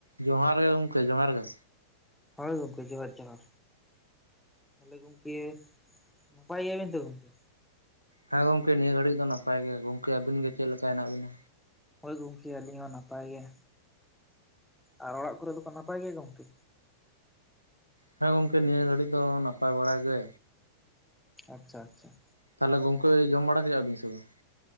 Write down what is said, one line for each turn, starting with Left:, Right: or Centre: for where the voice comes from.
Right: ᱡᱚᱦᱟᱨ ᱜᱮ ᱜᱚᱝᱠᱮ ᱡᱚᱦᱟᱨ ᱜᱮ᱾
Centre: ᱦᱳᱭ ᱜᱚᱝᱠᱮ ᱡᱚᱦᱟᱨ ᱡᱚᱦᱟᱨ᱾ ᱛᱟᱦᱚᱞᱮ ᱜᱚᱝᱠᱮ, ᱱᱟᱯᱟᱭ ᱜᱮᱭᱟ ᱵᱤᱱ ᱛᱚ ᱜᱚᱝᱠᱮ?
Right: ᱦᱮᱸ ᱜᱚᱝᱠᱮ ᱱᱤᱭᱟᱹ ᱜᱷᱟᱹᱲᱤᱡ ᱫᱚ ᱱᱟᱯᱟᱭ ᱜᱮ, ᱜᱚᱝᱠᱮ ᱟᱵᱤᱱ ᱜᱮ ᱪᱮᱫ ᱞᱮᱠᱟ ᱦᱮᱱᱟᱜ ᱵᱤᱱᱟ?
Centre: ᱦᱚᱭ ᱜᱚᱝᱠᱮ ᱟᱞᱤᱧ ᱦᱚᱸ ᱱᱟᱯᱟᱭ ᱜᱮ, ᱟᱨ ᱚᱲᱟᱜ ᱠᱚᱨᱮ ᱫᱚᱠᱚ ᱱᱟᱯᱟᱭ ᱜᱮᱭᱟ ᱜᱚᱝᱠᱮ?
Right: ᱦᱮᱸ ᱜᱚᱝᱠᱮ ᱱᱤᱭᱟᱹ ᱜᱷᱟᱹᱲᱤᱡ ᱫᱚ ᱱᱟᱯᱟᱭ ᱵᱟᱲᱟ ᱜᱮ᱾
Centre: ᱟᱪᱪᱷᱟ ᱟᱪᱪᱷᱟ᱾
Right: ᱛᱟᱦᱚᱞᱮ ᱜᱚᱝᱠᱮᱭ ᱡᱚᱢ ᱵᱟᱲᱟ ᱠᱮᱫ-ᱟ ᱵᱤᱱ ᱥᱮ ᱵᱟᱝ?